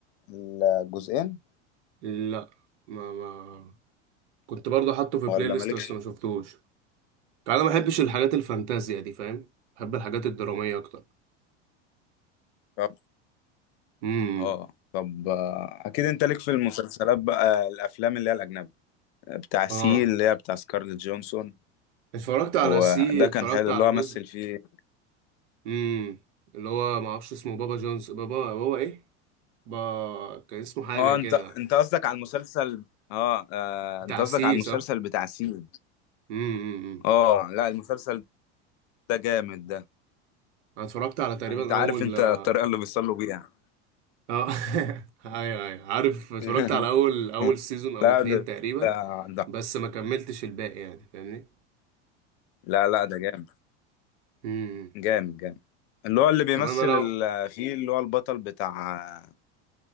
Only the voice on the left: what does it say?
الجزئين
ولا
مالكش
طب
اه طب آه، اكيد انت ليك في المسلسلات بقى الافلام اللي هي الاجنبي بتاع سي
اللي هي بتاع سكارليت جونسون
وده
كان حلو
اللي هو
مثل فيه
اه
انت انت قصدك على المسلسل اه آه،
انت قصدك
على المسلسل
بتاع سيد
اه لا المسلسل ده جامد ده
انت عارف
انت
الطريقة اللي بيصلوا بيها
<laughs>
لا
ده
ده ده-
لا لا ده جامد
جامد جامد اللي هو اللي بيمثل
ال- فيه اللي هو البطل بتاع